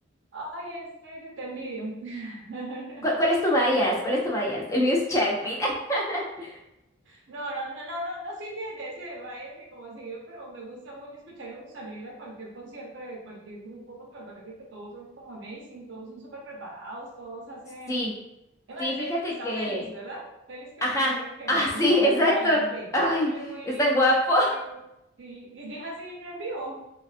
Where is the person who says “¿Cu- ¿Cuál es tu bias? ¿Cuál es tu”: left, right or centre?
Left